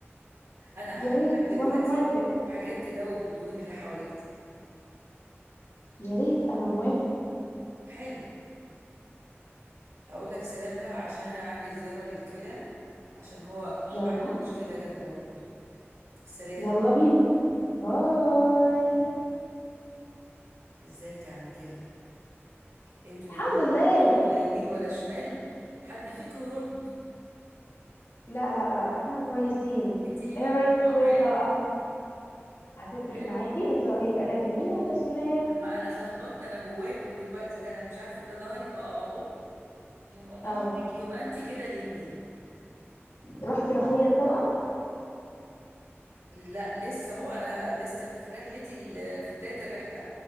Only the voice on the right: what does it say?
انا هحط
لك دلوقتي
حاجات تدوب الدهون اللي حواليك دي
حالا اقول لك سلام بقى عشان انا عندي زيارة للكلى عشان هو
عنده مشكلة جامدة برضه سلام
ازيك يا عم كلى انتوا
الاتنين
بتردوا لا يمين ولا شمال حد فيكم يرد
انت اليمين
ولا الشمال
حلو
ما انا اتلخبطت انا جواك ودلوقتي فانا مش عارفه ده ظهرك اه اهو يبقى ظهرك
يبقى انت كده اليمين
لا لسه هو انا لسه في رحلتي ال- في بداية الرحلة